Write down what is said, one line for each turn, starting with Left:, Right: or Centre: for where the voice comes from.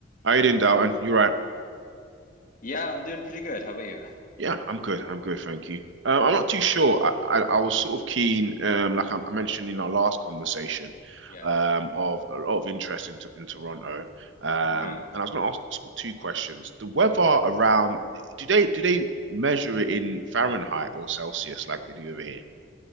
Right: How you doing, Dalton? You're right.
Left: Yeah, I'm doing pretty good. How about you?
Right: Yeah, I'm good. I'm good, thank you. Um, I'm not too sure. I, I, I was sort of keen, um, like I, I mentioned in our last conversation,
Left: Yeah.
Right: um, of a lot of interest in, in Toronto. Um,
Left: Uh-huh.
Right: and I was going to ask sort of two questions. The weather
Left: Yes.
Right: around, do they do they measure it in Fahrenheit or Celsius like they do over here?